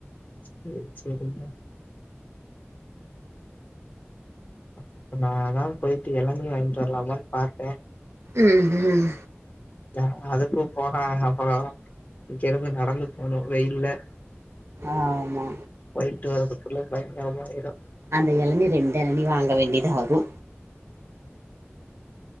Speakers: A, on the left; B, on the right.
A: சேரி சேரிங்க இப்ப நா தா போயிட்டு எளநி வாங்கிட்டு வர்லாமானு பாத்தே
B: ம் ம்
A: ஏ அதுக்கு போனா அப்பறோ ஜாலியா நடந்து ஆனா வெயில்ல
B: ஆமா
A: போயிட்டு வர்றதுக்குள்ள பயங்கரமா ஆயிரு
B: அந்த எளநி ரெண்டு எளநி வாங்க வேண்டியதா வரு